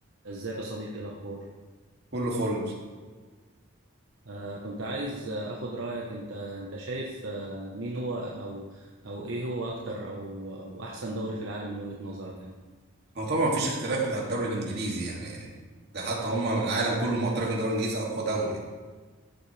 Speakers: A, on the right (about 70°); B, on the right (about 50°).
A: ازيك يا صديقي إيه الاخبار
B: كله فل
A: آه كنت عايز آه، اخد رايك انت انت شايف آه مين هو او او ايه هو اكتر او او احسن دوري في العالم من وجهة نظرك يعني
B: هو طبعا مفيش اختلاف على الدوري الانجليزي يعني ده حتى هم العالم كله معترف ان الدوري الانجليزي اقوى دوري يعني.